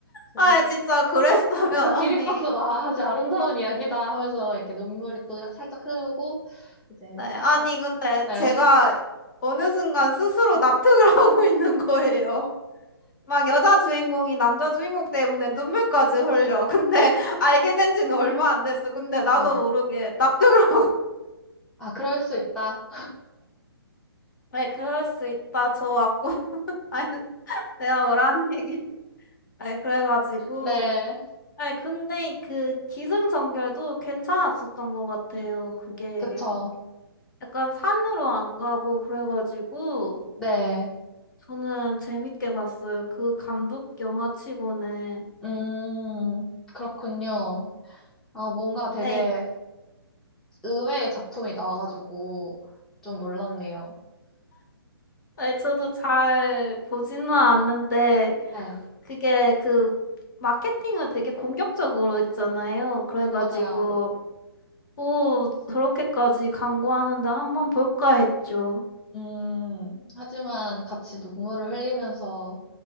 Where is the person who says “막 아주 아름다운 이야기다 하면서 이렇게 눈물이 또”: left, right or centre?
Centre